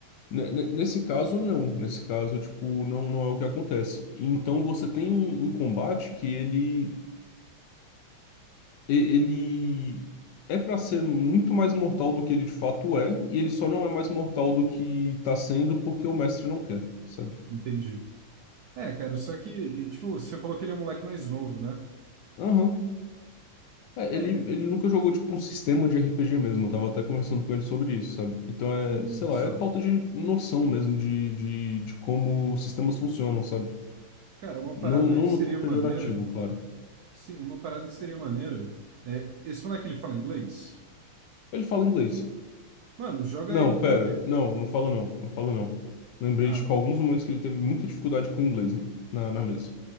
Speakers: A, on the left; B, on the right.
A: ne- ne- nesse caso, não. Nesse caso, tipo, não, não é o que acontece. Então você tem um, um combate que ele, e- ele é pra ser muito mais mortal do que ele de fato é, e ele só não é mais mortal do que tá sendo porque o mestre não quer, sabe?
B: Entendi. É, cara, só que, e, tipo, você falou que ele é um moleque mais novo, né?
A: Aham. É,
B: É,
A: ele, ele nunca jogou, tipo, um sistema de RPG mesmo. Eu tava até conversando com ele sobre isso, sabe? Então é,
B: Hum,
A: sei lá,
B: só.
A: é falta de noção mesmo de, de, de como sistemas funcionam, sabe?
B: Cara, uma parada
A: Não, não
B: que seria
A: no tom pejorativo,
B: maneira.
A: claro.
B: Sim, uma parada que seria maneira. É, esse moleque ele fala inglês?
A: Ele fala inglês.
B: Mano, joga
A: Não,
B: ele pra
A: pera.
B: ver.
A: Não, não fala não. Não fala não. Lembrei
B: Ah,
A: de, tipo, alguns momentos que ele teve muita dificuldade com o inglês na, na mesa.